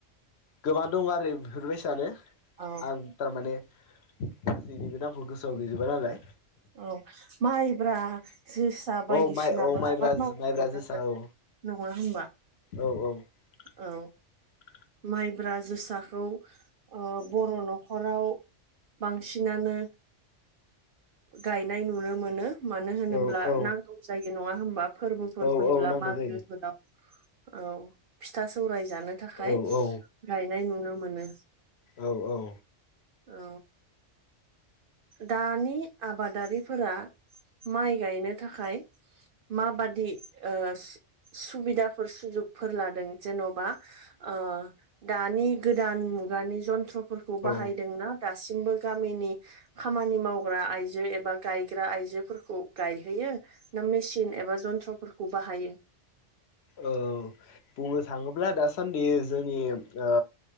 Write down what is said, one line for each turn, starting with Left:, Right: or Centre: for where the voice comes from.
Left: गोबां दं आरो बेफोरबायसानो
Right: औ
Left: आं थारमाने गासैनिबो नामखौ गोसोआव गैजोबा नालाय
Right: औ माइब्रा जोसा
Left: औ
Right: बायदिसिनाबो
Left: माइ औ माइब्रा
Right: आबाद मावनाय
Left: माइब्रा
Right: नुनो
Left: जोसा
Right: मोनो
Left: औ
Right: नङा होमबा
Left: औ औ <inaudible>
Right: औ माइब्रा जोसाखौ ओ बर नखराव बांसिनानो गायनाय नुनो मोनो मानो होनोब्ला
Left: औ औ
Right: नांगौ जायो नङा होमबा फोरबोफोर
Left: औ
Right: फैयोब्ला
Left: औ नांगौ
Right: मागोफोराव
Left: जायो
Right: औ फिथा सौराय जानो थाखाय
Left: औ औ
Right: गायनाय नुनो मोनो
Left: औ औ
Right: औ दानि आबादारिफोरा माइ गायनो थाखाय माबादि ओ सुबिदाफोर सुजुगफोर लादों जेनबा ओ दानि गोदान मुगानि जन्थ्रफोरखौ बाहायदोंना
Left: औ
Right: दासिमबो गामिनि खामानि मावग्रा आय आयजो एबा गायग्रा आइजोफोरखौ गायहैयो ना मेचिन एबा जन्थ्रफोरखौ बाहायो
Left: औ बुंनो थाङोब्ला दासान्दि जोंनि ओ